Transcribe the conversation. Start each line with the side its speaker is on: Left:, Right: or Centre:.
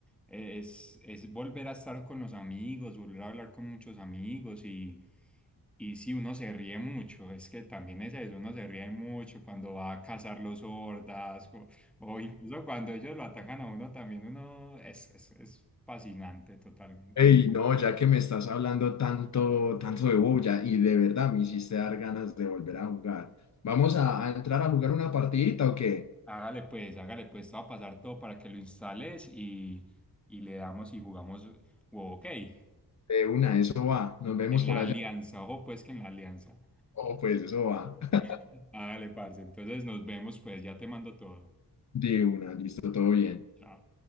Centre: eh, es, es volver a estar con los amigos, volver a hablar con muchos amigos y, y sí, uno se ríe mucho. Es que también es eso, uno se ríe mucho cuando va a cazar los hordas o, o incluso cuando ellos lo atacan a uno también. Uno es, es, es fascinante totalmente.
Left: Ey, no, ya que me estás hablando tanto, tanto de WoW ya, y de verdad me hiciste dar ganas de volver a jugar. ¿Vamos a, a entrar a jugar una partidita o qué?
Centre: Hágale pues, hágale pues, te va a pasar todo para que lo instales y, y le damos y jugamos. wow, ok, en
Left: De una, eso va. Nos vemos
Centre: la
Left: por allá.
Centre: alianza, ojo pues que en la alianza.
Left: Oh, pues eso va. <laughs>
Centre: <laughs> Hágale, parce. Entonces nos vemos pues, ya te mando todo.
Left: De una, listo, todo bien.
Centre: Chao.